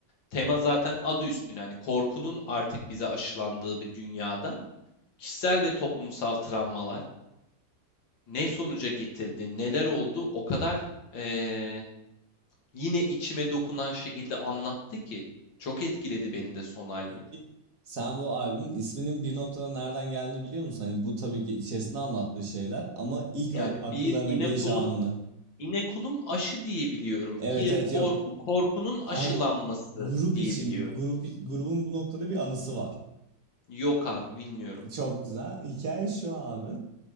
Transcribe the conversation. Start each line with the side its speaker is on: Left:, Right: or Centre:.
Left: tema zaten adı üstüne hani korkunun artık bize aşılandığı bir dünyada kişisel ve toplumsal travmalar ne sonuca getirdi, neler oldu o kadar e, yine içime dokunan şekilde anlattı ki çok etkiledi beni de son albüm.
Right: Peki sen bu albümün isminin bir noktada nereden geldiğini biliyor musun? Hani bu tabii ki içerisinde anlattığı şeyler ama ilk
Left: Yani
Right: a- akıllarına
Left: bir yine
Right: geliş
Left: kulum
Right: anını.
Left: İnekulum aşı diye biliyorum.
Right: Evet
Left: Fear
Right: evet
Left: korku,
Right: yok.
Left: korkunun
Right: Hayır.
Left: aşılanması
Right: Grup
Left: diye
Right: için
Left: biliyorum.
Right: grup grubun bu noktada bir anısı var.
Left: Yok abi bilmiyorum.
Right: Çok güzel. Hikaye şu abi.